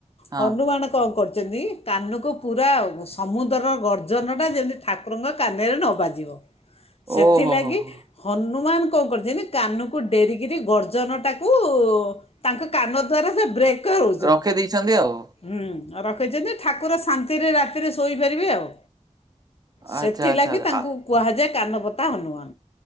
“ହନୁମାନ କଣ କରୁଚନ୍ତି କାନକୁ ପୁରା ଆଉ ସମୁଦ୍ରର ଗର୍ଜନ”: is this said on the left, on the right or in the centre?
Left